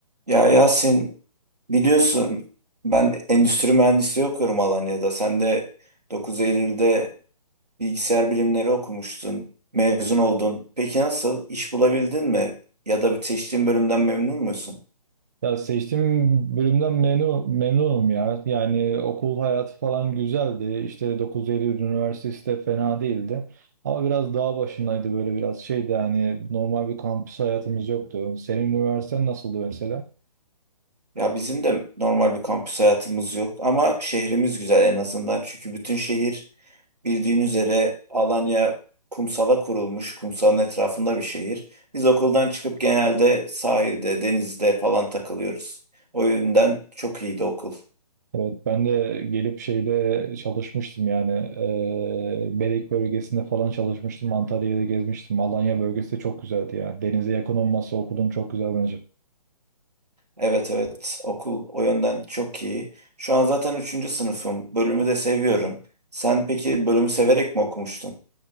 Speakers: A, on the right; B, on the right.
A: Ya Yasin biliyorsun ben endüstri mühendisliği okuyorum Alanya'da. Sen de 9 Eylül'de bilgisayar bilimleri okumuştun. Mezun oldun. Peki nasıl? İş bulabildin mi? Ya da seçtiğin bölümden memnun musun?
B: Ya seçtiğim bölümden memnun, memnunum ya. Yani okul hayatı falan güzeldi. İşte dokuz Eylül Üniversitesi de fena değildi. Ama biraz dağ başındaydı böyle biraz şeydi yani normal bir kampüs hayatımız yoktu. Senin üniversiten nasıldı mesela?
A: Ya bizim de normal bir kampüs hayatımız yok ama şehrimiz güzel en azından. Çünkü bütün şehir bildiğin üzere Alanya kumsala kurulmuş, kumsalın etrafında bir şehir. Biz okuldan çıkıp genelde sahilde, denizde falan takılıyoruz. O yönden çok iyiydi okul.
B: Evet, ben de gelip şeyde çalışmıştım yani e, Belek bölgesinde falan çalışmıştım. Antalya'da gezmiştim. Alanya bölgesi de çok güzeldi ya. Denize yakın olması okudum çok güzel bence.
A: Evet evet okul o yönden çok iyi. Şu an zaten üçüncü sınıfım. Bölümü de seviyorum. Sen peki bölümü severek mi okumuştun?